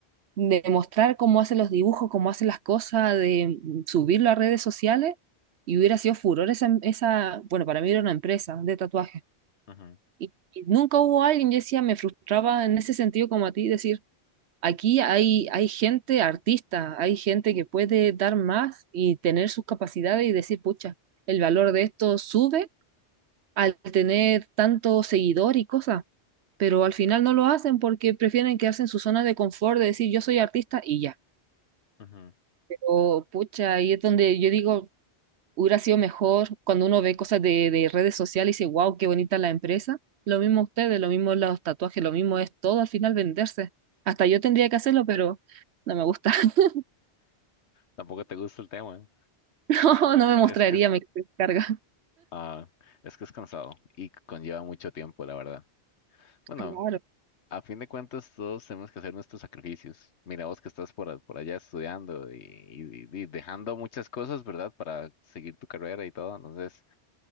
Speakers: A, on the right (about 70°); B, on the left (about 75°).
A: de mostrar cómo hacen los dibujos, cómo hacen las cosas, de subirlo a redes sociales, y hubiera sido furor esa, esa bueno, para mí era una empresa de tatuajes.
B: ujú,
A: Y, y nunca hubo alguien, yo decía, me frustraba en ese sentido como a ti, decir, Aquí hay, hay gente artista, hay gente que puede dar más y tener sus capacidades y decir, pucha, el valor de esto sube al tener tanto seguidor y cosas, pero al final no lo hacen porque prefieren quedarse en su zona de confort de decir, yo soy artista y ya.
B: ujú.
A: Pero pucha, ahí es donde yo digo, hubiera sido mejor cuando uno ve cosas de, de redes sociales y dice, wow, qué bonita la empresa. Lo mismo ustedes, lo mismo los tatuajes, lo mismo es todo al final venderse. Hasta yo tendría que hacerlo, pero no me gusta. <laughs>
B: Tampoco te gusta el tema.
A: <laughs> No, no me mostraría,
B: ¿eh? Es que es,
A: me carga.
B: ah, es que es cansado y conlleva mucho tiempo, la verdad. Bueno,
A: Claro,
B: A fin de cuentas, todos tenemos que hacer nuestros sacrificios. Mira vos que estás por, a- por allá estudiando y, y- y dejando muchas cosas, ¿verdad? Para seguir tu carrera y todo. Entonces,